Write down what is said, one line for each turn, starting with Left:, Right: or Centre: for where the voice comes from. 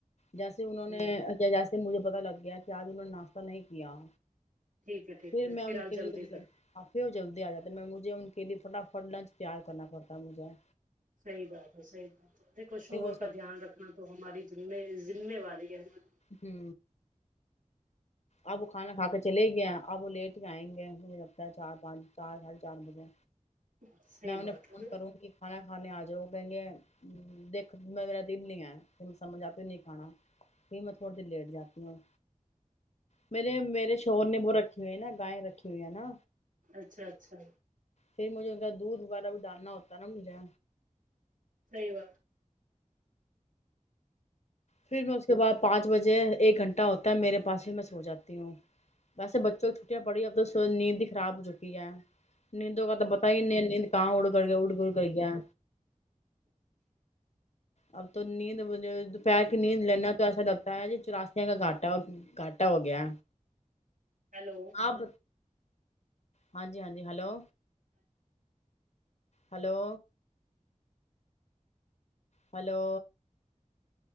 Left: جیسے انہوں نے
Right: ہ
Left: جیسے مجھے پتا لگ گیا کہ آج انہوں نے ناشتہ نہیں کیا
Right: ٹھیک ہے ٹھیک
Left: پھر
Right: ہے
Left: میں ان
Right: آپ
Left: کے
Right: جلدی
Left: لیے
Right: کر
Left: کافی ہ جلدی آ جات میں مجھے ان کے لیے فٹافٹ لنچ تیار کرنا پڑتا مجھے
Right: صحیح بات دیکو شوہر
Left: پھر وہ سب
Right: کا دھیان رکھنا تو ہماری ذمہ واری ہے ج <unintelligible>
Left: ہی اب وہ کھانا کھا کے چلے گیا اب وہ لیٹ ہی آئیں گے مجھے لگتا ہے چار پانچ چار ساڑھے چار بجے
Right: صحیح
Left: میں انہیں
Right: بات
Left: فون
Right: ہے
Left: کروں گی کھانا کھانے آ ج جو کہیں گے دیکھ میں میرا دل نہیں آیا پھر میں سمجھ آتیوں نہیں کھانا پھر میں تھوڑی دیر لیٹ جاتی ہوں میرے میرے شور نے ب رکھے ہوئے نا گائےیں رکھی ہوئی ہے نا
Right: اچھا اچھا
Left: پھر مجھے ان کا دودھ وغیرہ بھی ڈالنا ہوتا نا مجھے
Right: نہیںی و
Left: پھر میں اس کے بعد پانچ بجے ایک گھنٹہ ہوتا ہے میرے پاس ہی میں سو جاتی ہوں ویسے بچوں کی چھٹیاں پڑی اب تو نیند ہی خراب ہو چکی ہے نیندوں کا تو تو پتا ہی ان کہاں اڑ کر گیا اڑ گڑ کر گیا اب تو نیند ب پیر کی نیند لا تو ایسا لگتا ہے چاستیا کا گاٹ کٹا کھٹا ہو گیا
Right: ہیلو
Left: آب ہاں جی ہاں جی ہلو ہلو ہلو